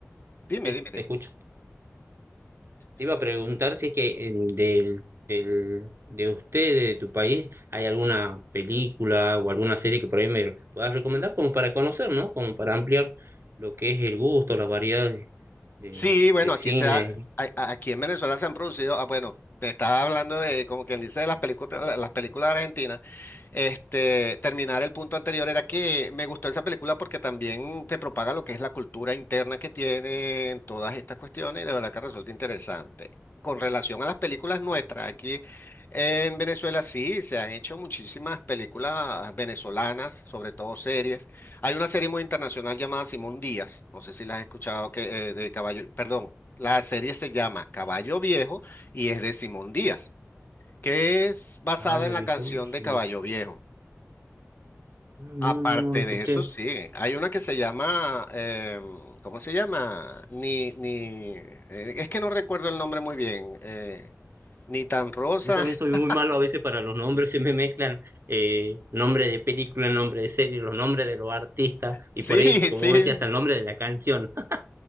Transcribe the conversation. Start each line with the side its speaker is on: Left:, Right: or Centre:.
Left: Dime,
Right: Sí,
Left: dime. dime.
Right: te escucho. Te iba a preguntar si es que eh, del, del, de usted, de tu país, hay alguna película o alguna serie que por ahí me puedas recomendar como para conocer, ¿no? Como para ampliar lo que es el gusto, la variedad de, de,
Left: Sí, bueno,
Right: de
Left: aquí
Right: cine.
Left: se ha- a- a- aquí en Venezuela se han producido, ah, bueno, te estaba hablando de, como quien dice, de las películas, la- las películas argentinas. Este, terminar el punto anterior era que me gustó esa película porque también te propaga lo que es la cultura interna que tienen todas estas cuestiones y de verdad que resulta interesante. Con relación a las películas nuestras, aquí en Venezuela sí se han hecho muchísimas películas venezolanas, sobre todo series. Hay una serie muy internacional llamada Simón Díaz, no sé si la has escuchado, que, eh, de Caballo, perdón, la serie se llama Caballo Viejo y es de Simón Díaz, que es basada
Right: Caballo
Left: en la
Right: viejo.
Left: canción
Right: sí.
Left: de Caballo
Right: No,
Left: Viejo.
Right: no,
Left: Aparte
Right: no, no lo escuché.
Left: de eso, sí, hay una que se llama, em, ¿cómo se llama? Ni, ni, eh, es que no recuerdo el nombre muy bien, eh, ni tan rosa,
Right: Yo también
Left: <laughs>
Right: soy muy malo a veces para los nombres, se me mezclan eh, nombre de película, nombre de serie, los nombres de los artistas
Left: sí,
Right: y por ahí, como
Left: sí,
Right: vos decías, hasta el nombre de la canción. <laughs>